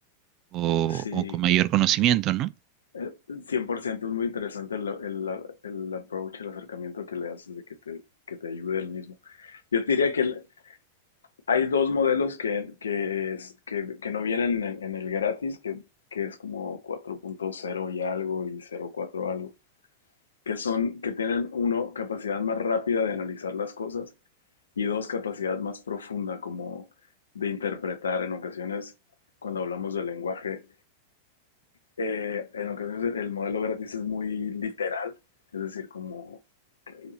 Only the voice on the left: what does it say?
Sí.
Eh, 100% es muy interesante el, el, el approach, el acercamiento que le haces de que te, que te ayude el mismo. Yo te diría que el- hay dos modelos que, que, es- que, que no vienen en, en el gratis, que, que es como cuatro punto cero y algo y cero cuatro algo, que son, que tienen uno, capacidad más rápida de analizar las cosas y dos, capacidad más profunda como de interpretar en ocasiones cuando hablamos del lenguaje eh, en ocasiones el el modelo gratis es muy literal, es decir, como que,